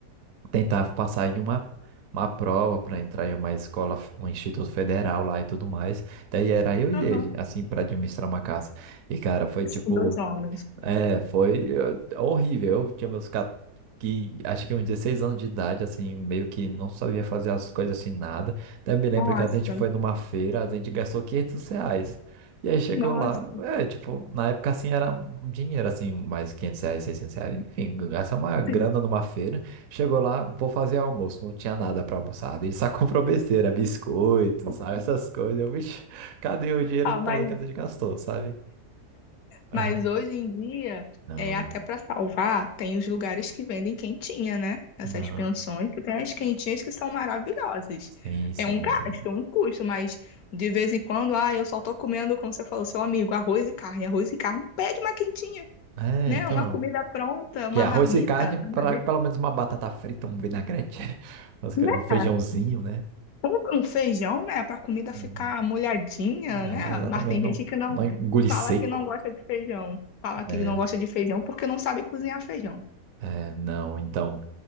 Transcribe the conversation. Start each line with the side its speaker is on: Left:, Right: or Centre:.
Right: tentar passar em uma, uma prova para entrar em uma escola, f- um instituto federal lá e tudo mais. Daí era eu e
Left: Uhum.
Right: ele, assim, para administrar uma casa. E, cara, foi tipo.
Left: São dois homens.
Right: É, foi eu- horrível. Eu tinha meus ca- que acho que uns 16 anos de idade, assim, meio que não sabia fazer as coisas assim, nada. Daí eu me lembro
Left: Nossa,
Right: que a gente foi numa feira, a gente gastou 500 reais. E aí chegou
Left: nossa.
Right: lá, é, tipo, na época assim era um dinheiro, assim, mais 500 reais, 600 reais, enfim, gastar uma grana
Left: Sim.
Right: numa feira. Chegou lá, vou fazer almoço, não tinha nada pra almoçar. A só <laughs> comprou besteira, biscoito, sabe, essas coisas. Eu, vixe, <laughs> cadê o dinheiro
Left: Ah,
Right: todo
Left: mas
Right: que a gente gastou, sabe? Aham.
Left: Mas hoje em dia,
Right: Não,
Left: é até para salvar, tem os lugares que vendem quentinha, né? Essas
Right: Não,
Left: pensões que tem as quentinhas que são maravilhosas.
Right: sim, sim,
Left: É um gasto,
Right: sim.
Left: um custo, mas de vez em quando, ah, eu só tô comendo, como você falou, seu amigo, arroz e carne, arroz e carne, pede uma quentinha,
Right: É,
Left: né?
Right: então.
Left: Uma comida pronta, uma
Right: Que é arroz
Left: marmita,
Right: e carne,
Left: uma
Right: pra,
Left: delícia,
Right: pelo menos uma batata frita, um vinagrete, <laughs> mas
Left: né?
Right: que é um feijãozinho, né?
Left: Um, um feijão, né? Para comida
Right: Uhum.
Left: ficar molhadinha,
Right: É,
Left: né?
Right: exatamente,
Left: Mas tem
Right: não,
Left: gente que não
Right: não engolir
Left: fala
Right: seco.
Left: que não gosta de feijão, fala
Right: É,
Left: que não gosta de feijão porque não sabe cozinhar feijão.
Right: é, não, então.